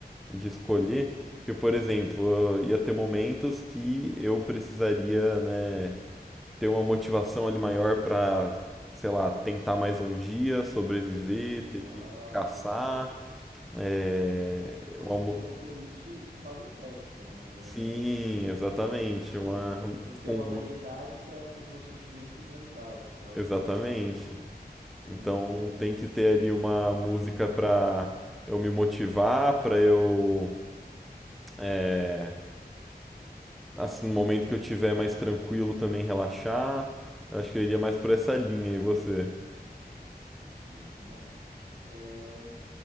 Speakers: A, in the centre; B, on the right.
A: de escolher. Porque, por exemplo, eu ia ter momentos que eu precisaria, né, ter uma motivação ali maior para sei lá, tentar mais um dia, sobreviver,
B: Legal.
A: ter que caçar.
B: Então
A: É,
B: então
A: uma
B: você
A: mo-
B: teria uma playlist com base eclética, né? Já,
A: Sim,
B: já dá pra perceber.
A: exatamente,
B: Assim,
A: uma
B: tem que ter
A: com
B: uma variedade
A: música,
B: para os meus sentimentos e vontades, para ela
A: exatamente.
B: combinar com o momento. Entendi,
A: Então
B: entendi.
A: tem que ter ali uma música pra eu me motivar, pra eu é, assim, no momento que eu tiver mais tranquilo também relaxar. Acho que eu iria mais por essa linha, e você?
B: Então, é,